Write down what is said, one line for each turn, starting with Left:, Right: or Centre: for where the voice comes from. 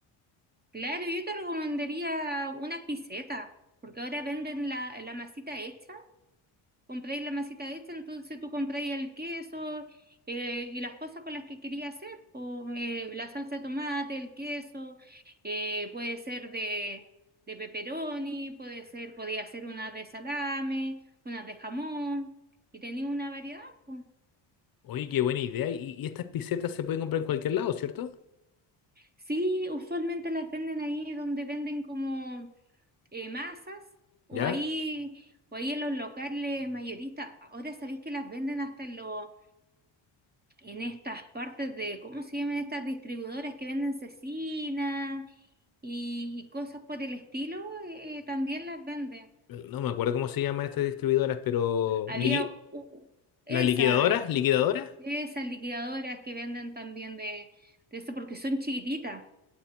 Right: Claro, yo te recomendaría unas pisetas, porque ahora venden la, la masita hecha compráis la masita hecha, entonces tú compráis el queso eh, y las cosas con las que quería hacer, po, eh, la salsa de tomate, el queso, eh, puede ser de, de pepperoni, puede ser, podía hacer unas de salame, unas de jamón, y tenía una variedad, po.
Left: Oye, qué buena idea. Y, y estas pisetas se pueden comprar en cualquier lado, ¿cierto?
Right: Sí, usualmente las venden ahí donde venden como eh, masas o
Left: ¿Ya?
Right: ahí, o ahí en los locales mayoristas. Ahora sabéis que las venden hasta en los en estas partes de, ¿cómo se llaman estas distribuidoras que venden cecina y, y cosas por el estilo? eh, también las venden.
Left: No me acuerdo cómo se llaman estas distribuidoras, pero...
Right: Había
Left: liqui-
Right: u- esa,
Left: ¿Las liquidadoras? ¿Liquidadoras?
Right: esas liquidadoras que venden también de, de eso porque son chiquititas.